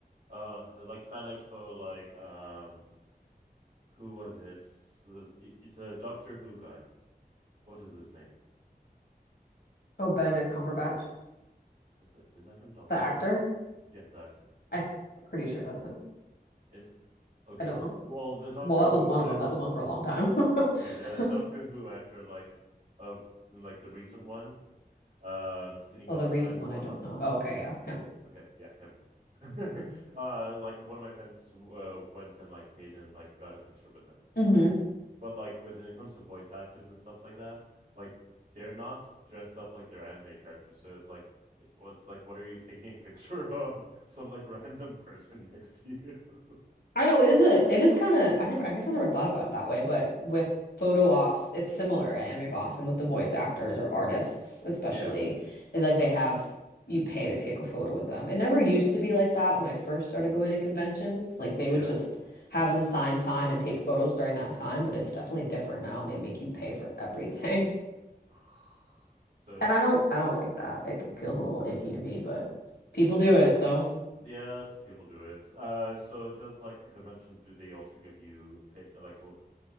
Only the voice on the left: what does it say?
Oh, Benedict Cumberbatch,
the actor.
I'm pretty sure that's him.
I don't know.
Well, that
was one of
them. That was one for
a long time.
<laughs>
Oh, the recent
one,
I don't know. Oh, okay, yeah, him.
hmm
I know it is a it is kind of I never I guess I never thought about it that way, but with photo ops, it's similar at Anime Boston with the voice actors or artists especially
is like they have you pay to take a photo with them. It never used to be like that when I first started going to conventions. Like they
would just have an assigned time and take photos during that time, but it's definitely different now and they make you pay for everything. <laughs>
And I
don't I don't like that. It feels a little icky to me, but people
do it, so